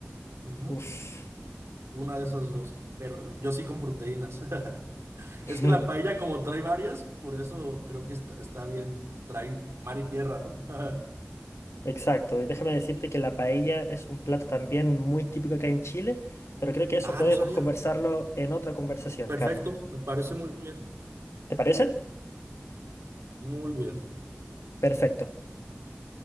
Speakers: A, on the right; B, on the left.
A: Ujú,
B: Uf.
A: Una de esas dos, pero yo sí con proteínas. <laughs>
B: <laughs>
A: Es que la paella como trae varias, por eso creo que está, está bien, trae mar y tierra, ¿no? <laughs>
B: Exacto, y déjame decirte que la paella es un plato también muy típico acá en Chile, pero creo que eso
A: Ah,
B: podemos
A: no sabía.
B: conversarlo en otra conversación,
A: Perfecto,
B: Carlos.
A: me parece muy bien,
B: ¿Te parece?
A: muy bien.
B: Perfecto.